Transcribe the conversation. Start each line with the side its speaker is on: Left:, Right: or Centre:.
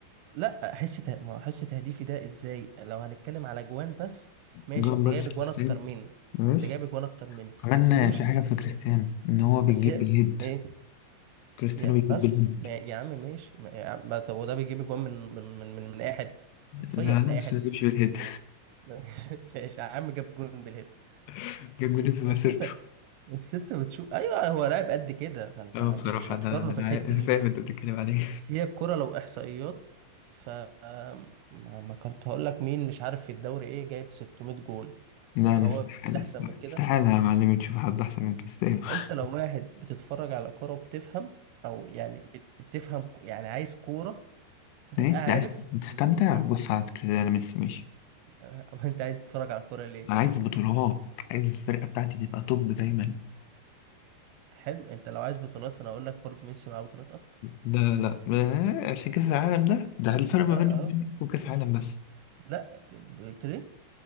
Right: لا حس ته... ما حس تهديفي ده ازاي لو هنتكلم على جوان بس ماشي
Left: جون
Right: انت
Left: بس
Right: جايب
Left: كريستيانو
Right: جوان اكتر مني
Left: ماشي
Right: انت جايب جوان اكتر مني
Left: كمان
Right: بس دي مش
Left: في حاجه في
Right: بس
Left: كريستيانو ان هو بيجيب
Right: بس هي
Left: بالهيد
Right: ايه
Left: كريستيانو
Right: يا
Left: بيجيب
Right: بس
Left: بالهيد
Right: ما... يا عم ماشي ما... يا عم... ما... طب وده بيجيب جوان من من من من, من اي حد حرفيا
Left: لا
Right: من
Left: لا
Right: اي
Left: بس
Right: حد
Left: ما جابش بالهيد
Right: <laughs> ماشي يا عم جاب جون بالهيد
Left: <laughs> جاب جولين في مسيرته
Right: بس انت بس انت بتشوف ايوه هو لاعب قد كده فانت
Left: اه بصراحة
Right: مش مش هتقارنه
Left: أنا أنا
Right: في الحتة
Left: عا- أنا
Right: دي
Left: فاهم أنت بتتكلم عليه
Right: بس هي الكرة لو إحصائيات ف ما ما كنت هقول لك مين مش عارف في الدوري إيه جايب 600 جون
Left: لا
Right: فهو
Left: أنا استحالة
Right: بالتالي أحسن
Left: استحالة
Right: من كده
Left: استحالة يا معلمي تشوف حد أحسن من كريستيانو <laughs>
Right: أنت لو واحد بتتفرج على كرة وبتفهم أو يعني بت- بتفهم ك- يعني عايز كورة هتبقى
Left: ماشي
Right: عارف
Left: ده عايز تستمتع
Right: إن ده <laughs>
Left: بص على كريستيانو ميسي ماشي
Right: أو أنت عايز تتفرج على الكورة ليه
Left: أنا عايز بطولات عايز الفرقة بتاعتي تبقى توب دايما
Right: حلو أنت لو عايز بطولات فأنا أقول لك برضو ميسي معاه بطولات أكتر
Left: لا لا ما- عشان كأس العالم ده ده الفرق ما
Right: أه
Left: بيني وبينك وكأس العالم بس
Right: لا جبت ليه